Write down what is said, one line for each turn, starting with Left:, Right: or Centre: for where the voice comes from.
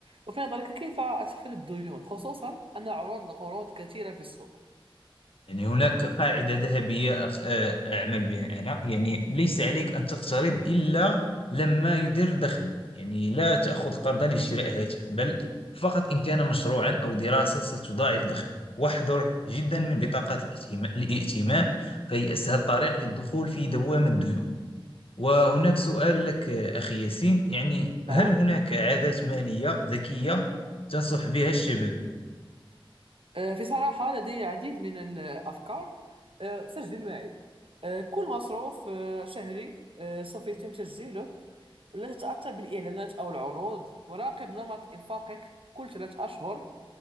Right: وفي نظرك كيف أتفادى الديون خصوصا أن عروض القروض كثيرة في السوق
Left: يعني هناك قاعدة ذهبية أخ- آه، أعمل بها أنا يعني ليس عليك أن تقترض إلا لما يدر دخلا يعني لا تأخذ قرضا لشراء هاتف بل فقط إن كان مشروعا أو دراسة ستضاعف دخلك واحذر جدا من بطاقات الائتمان الائتمان فهي أسهل طريق للدخول في دوامة الديون وهناك سؤال لك آه، أخي ياسين يعني
Right: نعم
Left: هل هناك عادات مالية ذكية تنصح بها الشباب؟
Right: آه، في صراحة لدي العديد من الأفكار آه، سجل معي آه، كل مصروف آه، شهري آه، سوف يتم تسجيله ولا تتأثر بالإعلانات أو العروض وراقب نمط إنفاقك كل ثلاثة أشهر